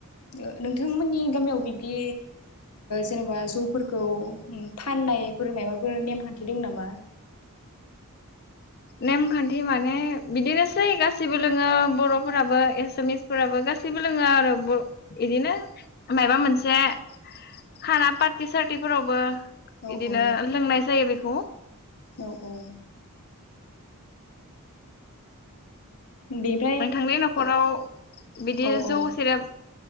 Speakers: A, on the left (about 80°); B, on the left (about 45°).
A: ओ नोंथांमोननि गामियाव बिब्दि जेनबा जौफोरखौ फाननायफोर माबाफोर नेमखान्थि दं नामा?
B: नेमखान्थि माने बिदिनोसै गासैबो लोङो बरफोराबो एसामिसफोराबो गासैबो लोङो आरो इदिनो माबा मोनसे खाना पार्टि सार्टिफोरावबो
A: औ
B: बिदिनो
A: औ
B: लोंनाय जायो बेखौ। ह
A: औ औ। बेनिफ्राय
B: नोंथांनि न'खराव बिदि
A: औ औ
B: जौ सेरेब